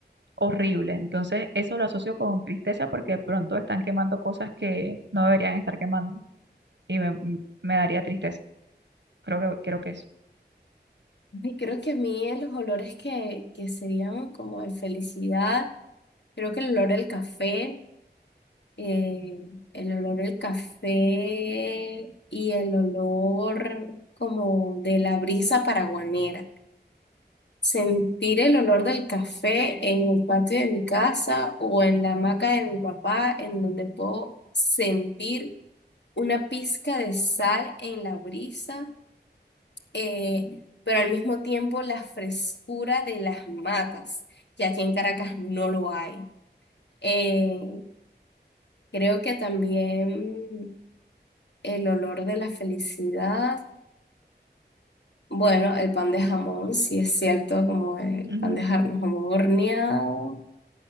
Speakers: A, on the right (about 85°); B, on the left (about 75°).
A: horrible. Entonces, eso lo asocio con tristeza porque de pronto están quemando cosas que no deberían estar quemando. y me, me daría tristeza. Creo que, creo que eso.
B: Ay, creo que a mí eh, los olores que, que serían como de felicidad, creo que el olor del café, eh, el olor del café y el olor como de la brisa paraguanera. Sentir el olor del café en el patio de mi casa o en la hamaca de mi papá, en donde puedo sentir una pizca de sal en la brisa, eh, pero al mismo tiempo la frescura de las matas, que aquí en Caracas no lo hay. Eh, creo que también el olor de la felicidad. Bueno, el pan de jamón, sí es cierto, como el
A: Ujú.
B: pan de jamón horneado.